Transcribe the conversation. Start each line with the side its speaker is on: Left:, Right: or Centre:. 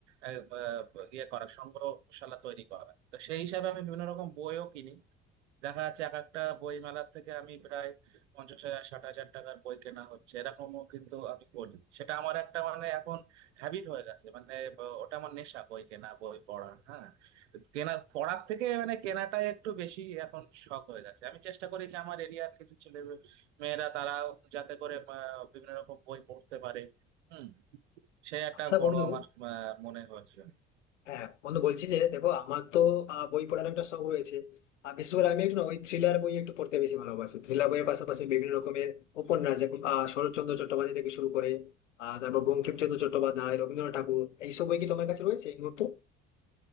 Right: আহ, আহ, ইয়ে করা সংগ্রহশালা তৈরি করা তো সেই হিসাবে আমি বিভিন্ন রকম বইও কিনি দেখা যাচ্ছে এক একটা বই মেলার থেকে আমি প্রায় পঞ্চাশ হাজার ষাট হাজার টাকার বই কেনা হচ্ছে এরকমও কিন্তু আমি করি সেটা আমার একটা মানে এখন হ্যাবিট হয়ে গেছে মানে ব- ওটা আমার নেশা বই কেনা বই পড়া হ্যাঁ কেনা পড়ার থেকে মানে কেনাটাই একটু বেশি এখন শখ হয়ে গেছে আমি চেষ্টা করি যে আমার এরিয়ার কিছু ছেলে মেয়েরা তারা যাতে করে আহ, বিভিন্ন রকম বই পড়তে পারে হুম সে একটা
Left: আচ্ছা
Right: বড়
Left: বন্ধু
Right: আমার আহ, মনে হয়েছে
Left: হ্যাঁ বন্ধু বলছি যে দেখো আমার তো আহ, বই পড়ার একটা শখ রয়েছে আহ, বিশেষ করে আমি একটু না ওই থ্রিলার বই একটু পড়তে বেশি ভালোবাসি থ্রিলার বইয়ের পাশাপাশি বিভিন্ন রকমের উপন্যাস যেমন আহ, শরৎচন্দ্র চট্টোপাধ্যায় থেকে শুরু করে আহ তারপর বঙ্কিমচন্দ্র চট্টোপাধ্যায় রবীন্দ্রনাথ ঠাকুর এইসব বই কি তোমার কাছে রয়েছে এই মুহূর্তে